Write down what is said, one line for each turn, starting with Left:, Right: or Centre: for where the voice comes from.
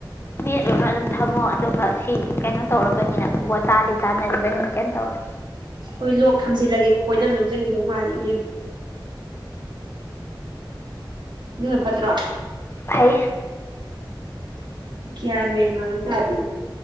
Left: ꯃꯦꯠꯂꯣꯅ ꯑꯗꯨꯝ ꯊꯝꯃꯣ ꯑꯗꯨꯒ ꯁꯤ ꯀꯩꯅꯣ ꯇꯧꯔꯕꯅꯤꯅ ꯋꯥꯇꯥꯗꯤ ꯇꯥꯟꯅꯔꯤꯕꯅꯤꯅ ꯀꯩꯅꯣ ꯇꯧꯔꯦ
Right: ꯍꯣꯏ ꯂꯣꯛ ꯊꯝꯖꯤꯜꯂꯒꯦꯀ ꯀꯣꯏꯅꯝ ꯅꯝꯖꯟꯈꯤꯗꯧ ꯃꯥꯜꯦ ꯏꯕꯦꯝ ꯑꯗꯨꯅ ꯐꯠꯇ꯭ꯔꯣ
Left: ꯐꯩ
Right: ꯀꯌꯥꯃꯦꯦꯟ ꯃꯥꯝ ꯇꯥꯗꯅ